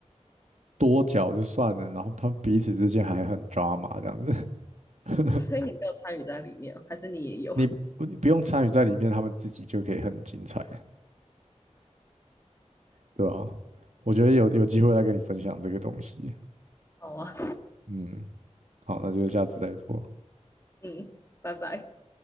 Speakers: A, on the right; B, on the left.
A: 多角就算了，然后他们彼此之间还很抓马这样子，<laughs>
B: <laughs> 所以你没有参与在里面，还是你也有？
A: 你不你不用参与在里面，他们自己就可以很精彩。对吧？我觉得有有机会来跟你分享这个东西。
B: 好啊，
A: 嗯，好，那就下次再说。
B: 嗯，拜拜。